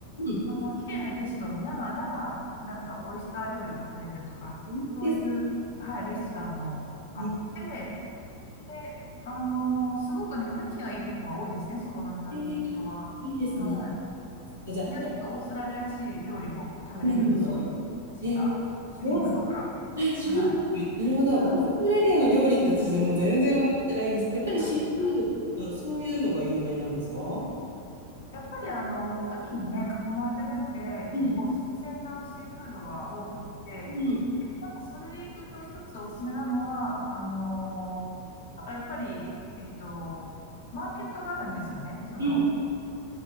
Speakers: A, on the right; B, on the left.
A: うん、
B: あの、綺麗な景色を見ながら、なんかオイスター料理を食べれるとか、
A: いいです
B: そういう、はい、レストランもあって、
A: ね。
B: で、あのすごくね、雰囲気がいいとこが多いですね、そこの港は。
A: へえ、いいですね。
B: は
A: ちょっとじゃあ、
B: い。で、
A: や
B: ちょっとオーストラリアらしい料理も食べれるんで、
A: なるほど。
B: そういう地が、
A: え、
B: シュリンプとか。
A: オースあ、シュリンプ、
B: はい。
A: なるほど。
B: はい。
A: オーストラリアの料理って私もう全然分かってないんですけど、やっぱりシーフードとか、
B: あはい。
A: そういうのが有名なんですか？
B: やっぱりあの、海にね、囲まれてるんで、結構新鮮なシーフードは多くって、
A: うん、うん、うん、
B: なんかそれでいくと一つおすすめなのは、あのーなんかやっぱり、えっと、マーケットがあるんですよね。その、
A: うん。